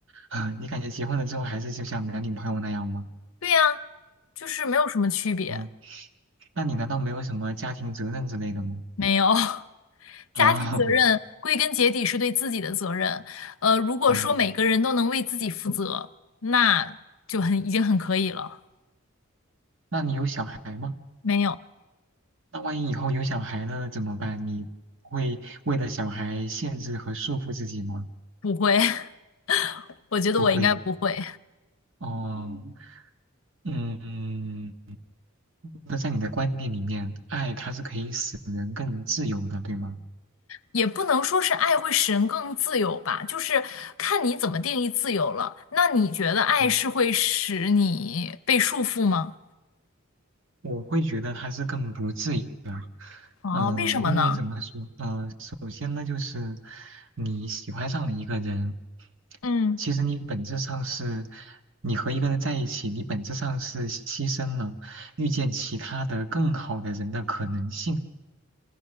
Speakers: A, on the right; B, on the left.
A: 啊，你感觉结婚了之后还是就像男女朋友那样吗？
B: 对呀，就是没有什么区别，
A: 嗯，那你难道没有什么家庭责任之类的吗？
B: 没有。<laughs>
A: 啊，
B: 家庭责任归根结底是对自己的责任，呃，如果说每个人都能为自己负责，
A: <laughs> 嗯，
B: 那就很已经很可以了。
A: 那你有小孩吗？
B: 没有，
A: 那万一以后有小孩了怎么办？你会为了小孩限制和束缚自己吗？
B: 不会，<laughs> 我觉得我应该不会，
A: 不会。哦，嗯。那在你的观念里面，爱它是可以使人更自由的，对吗？
B: 也不能说是爱会使人更自由吧，就是看你怎么定义自由了。那你觉得爱是会使你被束缚吗？
A: 嗯，我会觉得它是更不自由。
B: 哦，
A: 呃，
B: 为什么呢？
A: 因为怎么说？呃，首先呢，就是你喜欢上了一个人，
B: 嗯。
A: 其实你本质上是，你和一个人在一起，你本质上是牺牲了遇见其他的更好的人的可能性，